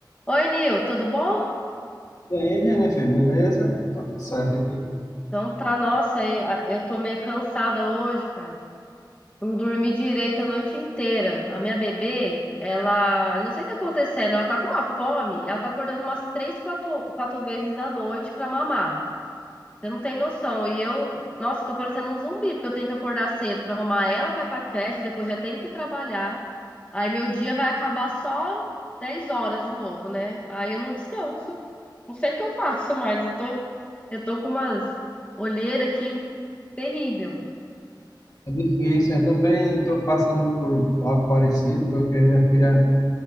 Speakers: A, on the left; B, on the left.
A: Oi, Nil, tudo bom?
B: E aí, Jennifer, beleza? Tá tudo certo aqui.
A: Então tá, nossa, e- a- eu tô meio cansada hoje, cara. Não dormi direito a noite inteira. A minha bebê, ela, eu não sei o que tá acontecendo, ela tá com uma fome, ela tá acordando umas três, quatro, quatro vezes na noite pra mamar. Você não tem noção. E eu, nossa, eu tô parecendo um zumbi, porque eu tenho que acordar cedo pra arrumar ela pra ir pra creche, depois já tenho que trabalhar. Aí meu dia vai acabar só 10 horas de novo, né? Aí eu não descanso. Não sei o que eu faço mais. Eu tô Eu tô com umas olheiras aqui terrível.
B: É difícil, eu também estou passando por algo parecido, porque minha filha.